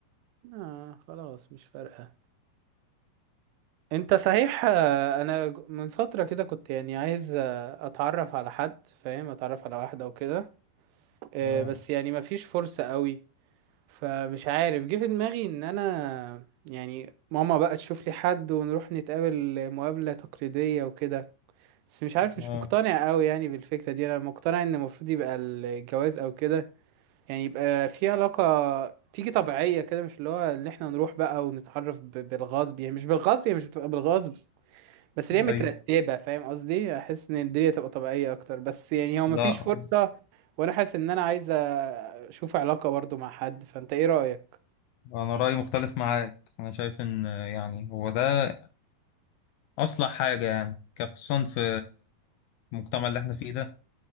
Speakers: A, on the right; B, on the left.
A: آه خلاص مش فارقة انت صحيح آه، انا ج- من فترة كده كنت يعني عايز آه، اتعرف على حد فاهم اتعرف على واحدة او كده آه،
B: اه
A: بس يعني مفيش فرصة قوي فمش عارف جه في دماغي ان انا يعني ماما بقى تشوف لي حد ونروح نتقابل مقابلة تقليدية وكده بس مش عارف مش
B: اه
A: مقتنع قوي يعني بالفكرة دي انا مقتنع ان المفروض يبقى الجواز او كده يعني يبقى في علاقة تيجي طبيعية كده مش اللي هو ان احنا نروح بقى ونتعرف ب- بالغصب يعني مش بالغصب هي مش بتبقى بالغصب بس اللي هي مترتبة
B: ايوه
A: فاهم قصدي احس ان الدنيا تبقى طبيعية اكتر بس يعني هو
B: لا
A: مفيش فرصة وانا حاسس ان انا عايز اشوف علاقة برضو مع حد فانت ايه رأيك
B: انا رايي مختلف معاك انا شايف ان يعني هو ده اصلح حاجه يعني كان خصوصا في المجتمع اللي احنا فيه ده